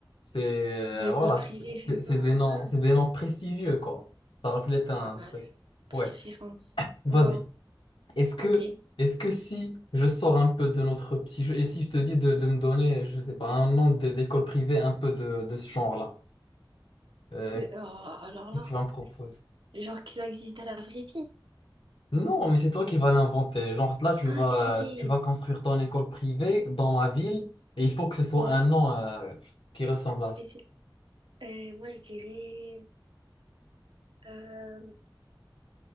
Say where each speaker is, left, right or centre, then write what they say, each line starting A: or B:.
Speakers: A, on the left; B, on the right.
A: C'est euh,
B: Bah, école
A: voilà,
B: privée,
A: c'est
B: je
A: c'est-
B: sais pas.
A: c'est des noms,
B: Ouais.
A: c'est des noms prestigieux quoi. Ça reflète un
B: Ouais, bah,
A: truc.
B: préférence.
A: Ouais. Vas-y.
B: Waouh.
A: Est-ce que
B: Ok.
A: est-ce que si je sors un peu de notre petit jeu et si je te dis de, de me donner, je sais pas, un nom d'é- d'école privée un peu de, de ce genre-là. Euh,
B: De... Oh, alors
A: Qu'est-ce
B: là,
A: que tu vas me proposer?
B: genre que ça existe à la vraie vie.
A: Non, mais c'est toi qui vas l'inventer. Genre là, tu
B: Ah,
A: vas,
B: c'est ok.
A: tu vas construire ton école privée dans ma ville et il faut que ce soit
B: Ouais,
A: un nom euh, qui ressemble à
B: spécial.
A: ça.
B: Euh, moi, je dirais. euh,